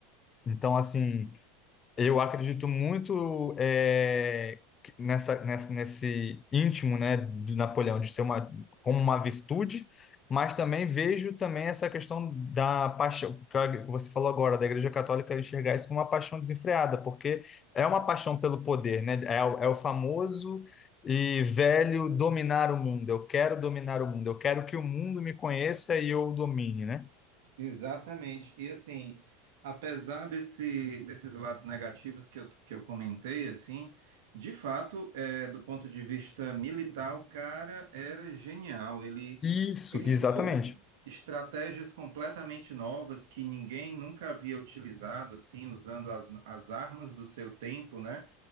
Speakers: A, on the left; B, on the right.
A: Então, assim, eu acredito muito eh, que- nessa, nessa, nesse íntimo, né, de Napoleão, de ser uma, como uma virtude, mas também vejo também essa questão da paixão, que a- que você falou agora, da Igreja Católica enxergar isso como uma paixão desenfreada, porque é uma paixão pelo poder, né? É, o- é o famoso e velho dominar o mundo. Eu quero dominar o mundo, eu quero que o mundo me conheça e eu o domine, né?
B: Exatamente. E assim, apesar desse, desses lados negativos que eu, que eu comentei, assim, de fato, é, do ponto de vista militar, o cara era genial. Ele
A: Isso,
B: criou
A: exatamente.
B: estratégias completamente novas que ninguém nunca havia utilizado, assim, usando as, as armas do seu tempo, né?